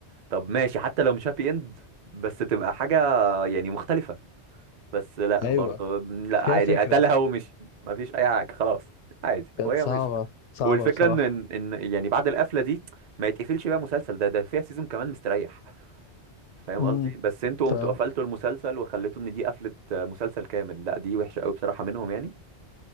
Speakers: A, on the right (about 45°); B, on the left (about 85°).
A: طب ماشي حتى لو مش هابي اند بس تبقى حاجه يعني مختلفه بس لا
B: ايوه
A: برضه لا
B: فيها
A: عادي
B: فكرة
A: قتلها ومشي ما فيش اي حاجه خلاص عادي
B: كانت
A: وهي
B: صعبة
A: مش
B: صعبة
A: والفكره
B: بصراحة
A: ان ان إن يعني بعد القفله دي ما يتقفلش بقى مسلسل ده ده فيها سيزون كمان مستريح فاهم
B: امم
A: قصدي بس انتوا قمتوا
B: فاهم
A: قفلتوا المسلسل وخليتوا ان دي قفله مسلسل كامل لا دي وحشه قوي بصراحه منهم يعني